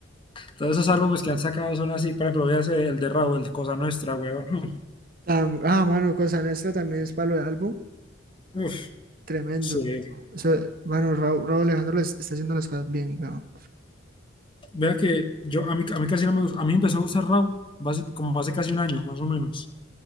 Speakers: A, on the left; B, on the right.
A: Todos esos álbumes que han sacado son así, por ejemplo, véase el de Raúl, Cosa Nuestra, weón. ¿no?
B: Tam- ah, mano, Cosa Nuestra también es palo de álbum.
A: Uf,
B: Tremendo.
A: sí.
B: mano. O sea, mano, Raúl, Raúl Alejandro les- está haciendo las cosas bien, weón.
A: Vea que yo, a mí, a mí casi no me gusta. A mí empezó a gustar raw basi- como hace casi un año, más o menos.